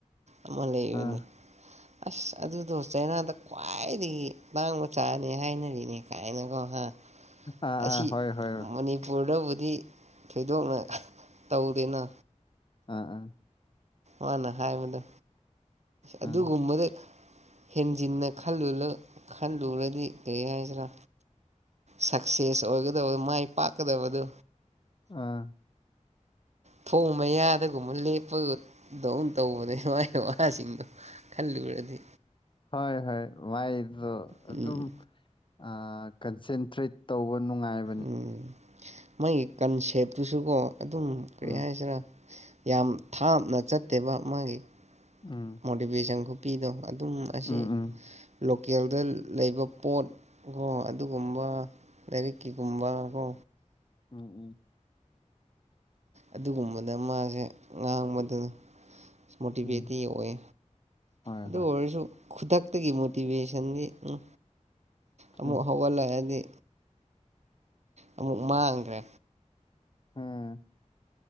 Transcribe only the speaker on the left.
ꯑꯥ
ꯑꯥ
ꯑꯥ ꯍꯣꯏ
ꯍꯣꯏ
ꯑꯥ ꯑꯥ꯫
ꯑꯥ
ꯑꯥ
ꯍꯣꯏ ꯍꯣꯏ ꯃꯥꯏꯗꯣ
ꯑꯗꯨꯝ꯫ ꯑꯥ ꯀꯟꯁꯦꯟꯇ꯭ꯔꯦꯠ ꯇꯧꯕ ꯅꯨꯡꯉꯥꯏ꯫
ꯎꯝ
ꯎꯝ꯫
ꯎꯝ ꯎꯝ
ꯎꯝ ꯎꯝ
ꯎꯝ
ꯍꯣꯏ
ꯍꯣꯏ
ꯎꯝ
ꯎꯝ